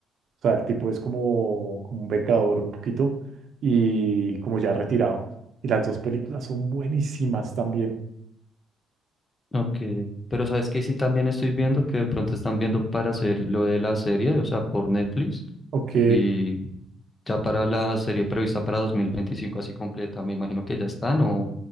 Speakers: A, on the right (about 60°); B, on the left (about 25°).
A: O sea, el tipo es como, como un vengador un poquito y como ya retirado. Y las dos películas son buenísimas también.
B: Ok, pero sabes que sí también estoy viendo que de pronto están viendo para hacer lo de la serie, o sea, por Netflix,
A: Ok,
B: y ya para la serie prevista para 2025 así completa, me imagino que ya están o,